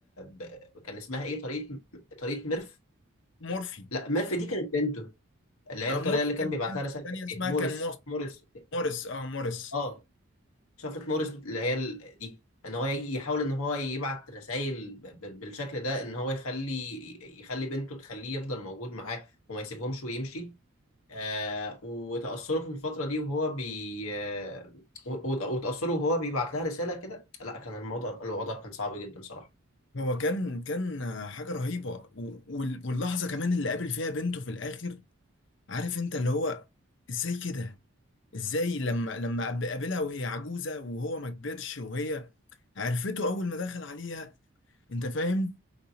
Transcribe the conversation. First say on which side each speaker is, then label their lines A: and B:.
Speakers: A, on the left; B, on the left.
A: ب... كان اسمها إيه طريقة طريقة ميرف
B: مورفي
A: لا ميرف دي كانت بنته اللي هي
B: آه،
A: الطريقة
B: مورفي
A: اللي كان
B: كانت
A: بيبعت
B: بنته
A: لها رسائل
B: التانية
A: كانت
B: اسمها
A: إيه موريس
B: كان
A: موريس
B: موريس اه موريس
A: آه شفرة موريس اللي هي ال- دي ان هو يجي يحاول ان هو يبعت رسائل بالشكل ده ان هو يخلي يخلي بنته تخليه يفضل موجود معاه وما يسيبهمش ويمشي آه وتأثره في الفترة دي وهو بي آه وت- وتأثره وهو بيبعت لها رسالة كده لا كان الموضوع الوضع كان صعب جدا صراحة
B: هو كان كان آه، حاجة رهيبة و- وال- واللحظة كمان اللي قابل فيها بنته في الآخر عارف انت اللي هو ازاي كده ازاي لما لما قاب- قابلها وهي عجوزة وهو ما كبرش وهي عرفته أول ما دخل عليها انت فاهم